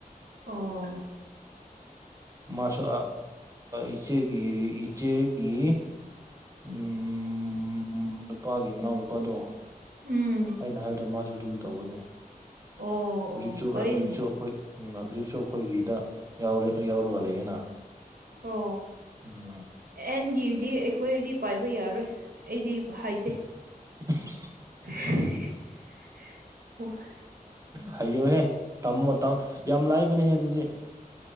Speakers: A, on the right; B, on the right.
A: ꯑꯣ
B: ꯃꯥꯁꯨ ꯏꯆꯦꯒꯤ ꯏꯆꯦꯒꯤ ꯎꯝ ꯅꯨꯄꯥꯒꯤ ꯃꯅꯥꯎ ꯅꯨꯄꯥꯗꯣ
A: ꯎꯝ
B: ꯑꯩꯅ ꯍꯥꯏꯕꯗꯨ ꯃꯥꯁꯨ ꯑꯗꯨꯝ ꯇꯧꯕꯅꯦ
A: ꯑꯣ
B: ꯍꯧꯖꯤꯛꯁꯨ
A: ꯑꯣ ꯐꯩꯅꯦ
B: ꯍꯧꯖꯤꯛꯁꯨ ꯑꯩꯈꯣꯏ ꯎꯝ ꯍꯧꯖꯤꯛꯁꯨ ꯑꯩꯈꯣꯏꯒꯤꯗ ꯌꯥꯎꯔꯒ ꯂꯩꯌꯦꯅ
A: ꯑꯣ
B: ꯎꯝ
A: ꯑꯦꯟꯒꯤꯗꯤ ꯑꯩꯈꯣꯏ ꯑꯩꯗꯤ ꯄꯥꯏꯕ ꯌꯥꯔꯣꯏ ꯑꯩꯗꯤ ꯍꯥꯏꯇꯦ
B: <unintelligible>
A: <unintelligible>
B: ꯍꯥꯏꯌꯣꯍꯦ ꯇꯝꯃꯣꯃ ꯌꯥꯝ ꯂꯥꯏꯕꯅꯦꯍꯦ ꯑꯗꯨꯗꯤ